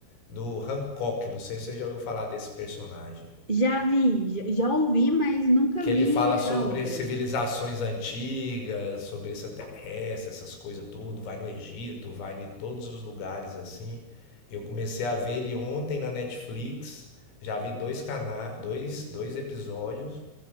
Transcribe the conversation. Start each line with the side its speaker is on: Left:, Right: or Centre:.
Left: do Hancock, não sei se você já ouviu falar desse personagem.
Right: já vi, já, já ouvi, mas nunca
Left: que ele
Right: vi
Left: fala
Right: a
Left: sobre
Right: obra.
Left: civilizações antigas, sobre extraterrestre, essas coisas tudo, vai no Egito, vai em todos os lugares assim. Eu comecei a ver ele ontem na Netflix, já vi dois cana dois, dois episódios,